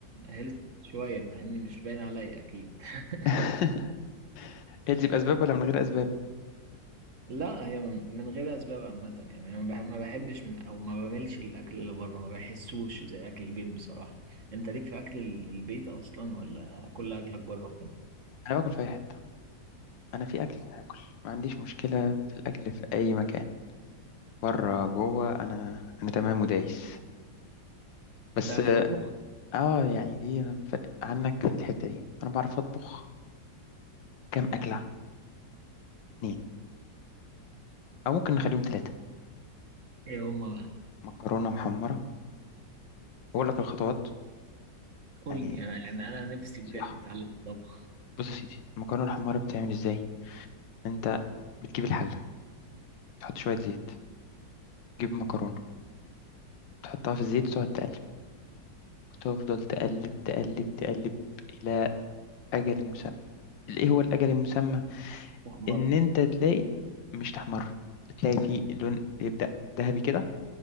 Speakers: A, on the right; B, on the left.
A: هيلث شويه مع اني مش باين عليا اكيد <laughs>
B: <laughs> هيلسي باسباب ولا من غير اسباب
A: لا هي من من غير اسباب عامه يعني انا ما بح- ما بحبش م- او ما بملش الاكل اللي بره ما بحسوش زي اكل البيت بصراحه انت ليك في اكل ال- البيت اصلا ولا كل اكلك بره وكده
B: انا باكل في اي حته انا في اكل هاكل ما عنديش مشكله في الاكل في اي مكان بره جوه انا انا تمام ودايس بس
A: تعرف تطبخ
B: اه يعني دي انا ف- عنك في الحته دي انا بعرف اطبخ كام اكله اتنين او ممكن نخليهم ثلاثه
A: ايه هما بقى
B: مكرونه محمره بقول لك الخطوات
A: قول
B: يعني
A: لي انا يعني انا نفسي بجد
B: نصيحه
A: اتعلم الطبخ
B: بص يا سيدي المكرونه المحمره بتعمل ازاي انت بتجيب الحله تحط شويه زيت تجيب مكرونة تحطها في الزيت وتقعد تقلب وتفضل تقلب تقلب تقلب إلى أجل مسمى إيه هو الأجل المسمى؟
A: احمر
B: إن أنت تلاقي مش تحمر تلاقي فيه لون يبدأ ذهبي كده